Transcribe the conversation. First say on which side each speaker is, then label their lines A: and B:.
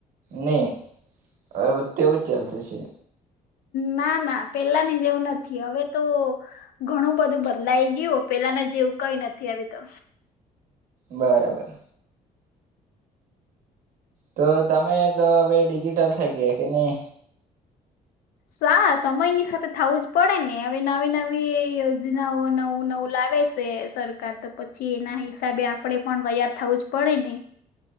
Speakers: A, on the right (about 65°); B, on the left (about 85°).
A: ની અવે તેવું જ ચાલતું છે.
B: ના ના પેલા ની જેવું નથી હવે તો ઘણું બધું બદલાઈ ગયું પેલાનું જેવું કઈ નથી હવે તો.
A: બરાબર. તો તમે તો હવે ડિજિટલ થઈ ગયા કે ની.
B: સા સમયની સાથે થવું જ પડે ને હવે નવી નવી યોજનાઓ નવું નવું લાવે છે સરકાર તો પછી એના હિસાબે આપડે પણ <unintelligible> થવું જ પડે ને.